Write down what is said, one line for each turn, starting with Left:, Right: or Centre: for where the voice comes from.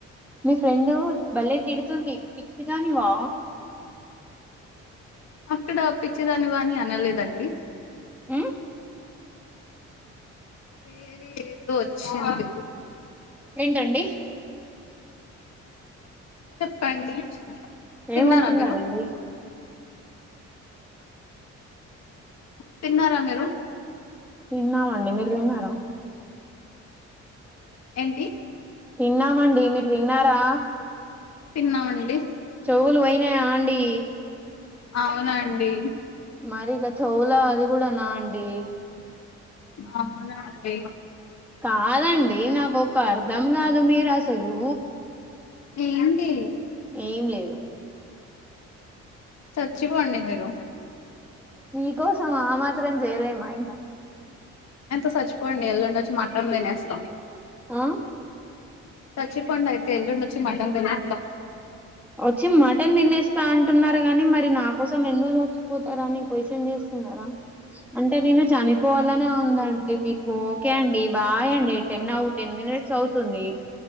Centre: మీ ఫ్రెండ్ బల్లేె తిడుతుంది పిచ్చిదాని వా
Left: అక్కడ పిచ్చిదాని వాని అనలేదండి
Centre: ఉం?
Left: వేర ఏదో వచ్చంది
Centre: ఏంటండి
Left: చెప్పండి తిన్నారా
Centre: ఏమంటున్నారండి
Left: మీరు తిన్నారా మీరు
Centre: తిన్నామండి మీరు తిన్నారా
Left: ఏంటి
Centre: తిన్నామండి మీరు విన్నారా
Left: తిన్నామండి
Centre: చెవులు పోయినాయా అండి
Left: అవునండి
Centre: మరి ఇక చెవుల అది కూడా నా అండి
Left: ఆ అ
Centre: కాదండి నాకు ఒక అర్ధం కాదు మీరు అసలు
Left: ఏంటి
Centre: ఏం లేదు
Left: చచ్చిపోండి మీరు
Centre: నీకోసం ఆ మాత్రం చేయలేమా ఇంకా
Left: ఎంతో చచ్చిపోండి ఎల్లుండి వచ్చి మాట్ం వినేేస్తాం
Centre: ఆ
Left: చచ్చి పండ్ అయితే ఎల్చ్చి మటన్ తెని
Centre: వచ్చి మటన్ తినేస్తా అంటున్నారు కాగాని మరి నా కోసం ఎందుకు చ పోతారా అని క్వశ్చన్ చేస్తున్నారా అంటే నేను చనిపోవాలనే ఉందండి మీకు ఓకే అండి బాయ్ అండి టెన్ అవ టెన్ మినిట్స్ అవుతుంది